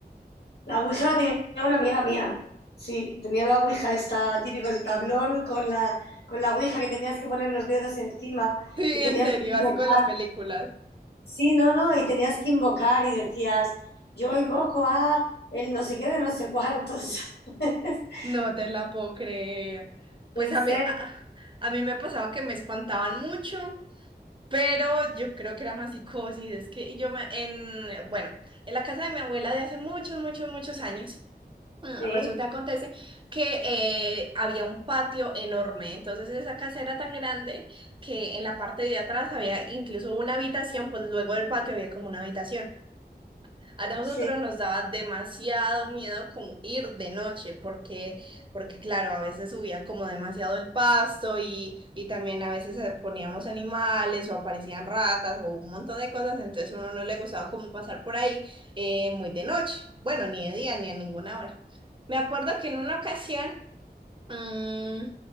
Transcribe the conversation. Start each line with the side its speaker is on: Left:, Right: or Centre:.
Left: La Ouija la tenía una amiga mía, sí, tenía la Ouija esta, típico el tablón con la, con la Ouija que tenías que poner los dedos encima
Right: Sí,
Left: y
Right: en
Left: tenías
Right: serio,
Left: que invocar,
Right: así con las películas.
Left: sí, no, no, y tenías que invocar y decías, yo invoco a el no sé qué de no sé cuántos. <laughs>
Right: No te la puedo creer. Pues
Left: En
Right: a
Left: serio,
Right: mí, a, a mí me pasaba que me espantaban mucho, pero yo creo que era más psicosis. Es que yo me, en, bueno, en la casa de mi abuela de hace muchos, muchos, muchos años, mm,
Left: sí,
Right: resulta, acontece que eh, había un patio enorme. Entonces esa casa era tan grande que en la parte de atrás había incluso una habitación, pues luego del patio había como una habitación. A nosotros
Left: sí.
Right: nos daba demasiado miedo como ir de noche, porque, porque claro, a veces subía como demasiado el pasto y, y también a veces eh, poníamos animales o aparecían ratas o un montón de cosas, entonces a uno no le gustaba como pasar por ahí eh, muy de noche, bueno, ni de día ni a ninguna hora. Me acuerdo que en una ocasión Mm,